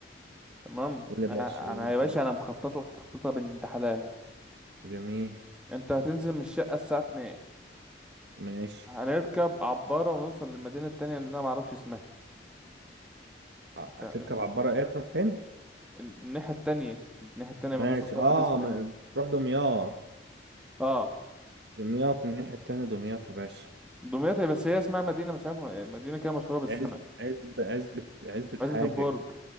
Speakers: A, in the centre; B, on the right.
A: تمام
B: قول يا
A: انا
B: باشا قول
A: أنا يا باشا
B: قول.
A: انا مخطط لك تخطيطه بنت حلال
B: جميل
A: انت هتنزل من الشقة الساعة 2
B: ماشي
A: هنركب عبارة ونوصل للمدينة التانية اللي انا معرفش اسمها
B: ع-
A: مش عارف-
B: هتركب عبارة ايه تروح فين
A: الناحية التانية الناحية التانية
B: ماشي
A: من راس البر
B: اه
A: دي اسمها
B: ما- تروح دمياط
A: اه
B: دمياط الناحية التانية دمياط يا باشا
A: دمياط بس هي اسمها مدينة مش عارف مدينة كده مشهورة بالسمك
B: عز عزبة عزبة عزبة
A: عزبة
B: حاجة
A: البرج
B: كده.